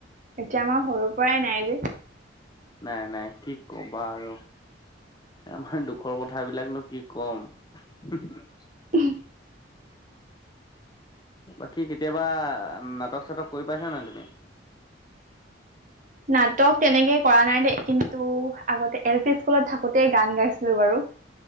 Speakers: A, on the right (about 40°); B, on the left (about 20°).
A: এতিয়া আমাৰ সৰুৰ পৰাই নাই যে?
B: নাই নাই কি ক'বা আৰু আমাৰ দুখৰ কথাবিলাক ন কি কম উহ উ?
A: উহ।
B: বাকী কেতিয়াবা নাটক - চাটক কৰি পাইছা নে তুমি?
A: নাটক তেনেকে কৰা নাই দেই কিন্তু আগতে এল পি স্কুলত থাকোতে গান গাইছিলো বাৰু।